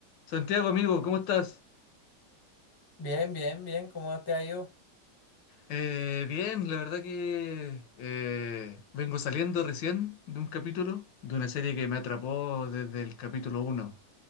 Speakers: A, on the left; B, on the left.
A: Santiago, amigo, ¿cómo estás?
B: Bien, bien, bien, ¿cómo te ha ido?
A: Eh, bien, la verdad que eh, vengo saliendo recién de un capítulo, de una serie que me atrapó desde el capítulo uno.